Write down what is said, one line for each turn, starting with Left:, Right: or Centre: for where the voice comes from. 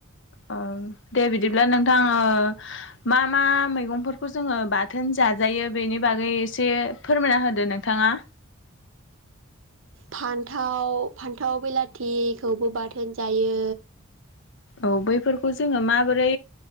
Left: ओम दे बिदिब्ला नोंथां ओ मा मा मैगंफोरखौ जोङो बाथोन जाजायो बेनि बागै एसे फोरमायना होदो नोंथाङा
Right: फान्थाव फान्थाव बिलाथिखौबो बाथोन जायो
Left: औ बैफोरखौ जोङो माबोरै